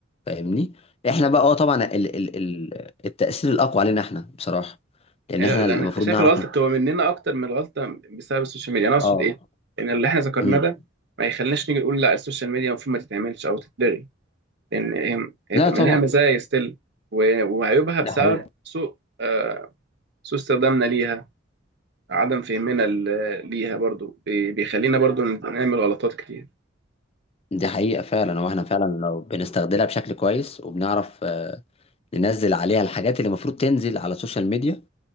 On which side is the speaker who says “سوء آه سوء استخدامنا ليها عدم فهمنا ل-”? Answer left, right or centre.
Right